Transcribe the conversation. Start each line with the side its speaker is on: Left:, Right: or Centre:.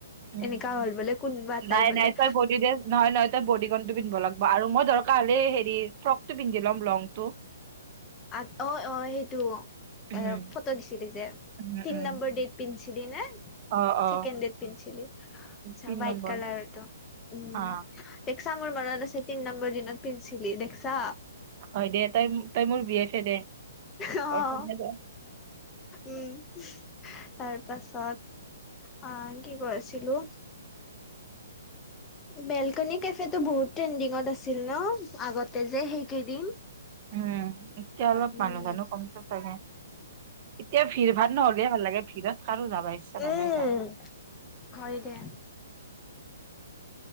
Right: উম।
Left: এনেকা হ'ল বোলে কোনোবা
Right: নাই
Left: তাই বোলে
Right: নাই তই বডি ড্ৰেছ নহয় নহয় তই বডিকনটো পিন্ধব লাগিব আৰু মই ধৰ হেৰি ফ্ৰক টো পিন্ধি ল'ম লং টো
Left: আ অ অ সেইটো
Right: উম
Left: এ ফটো দিছিলো যে
Right: উম
Left: তিন
Right: উম
Left: নম্বৰ ডেট পিন্ধিছিল নে?
Right: অ অ
Left: ছেকেণ্ড দেত পিন্ধছিলো,
Right: তিন
Left: হাইট
Right: নম্বৰ
Left: কালাৰটো উম।
Right: হা
Left: দেখিছা মোৰ মনত আছে নম্বৰ দিনত পেন্ঞ্চিলি দেকসা।
Right: হয় দে তাই তাই মোৰ বিয়েফে দে।
Left: অঁ
Right: তই কোনদিনা যাৱ?
Left: উম তাৰ পাছত- আহঁ কি কৈ আছিলো। বেলকনি কেফে টো বহুত ট্ৰেণ্ডিঙত আছিল ন? আগতে যে সেইকেইদিন-
Right: উম এতিয়া অলপ
Left: উম।
Right: মানুহ চানুহ কমিছে চাগে। এতিয়া ভিৰ ভা় নহ'লে ভাল লাগে। ভিৰত কাৰো যাব ইচ্ছা
Left: উম,
Right: নাযায় তাই।
Left: হয় দে।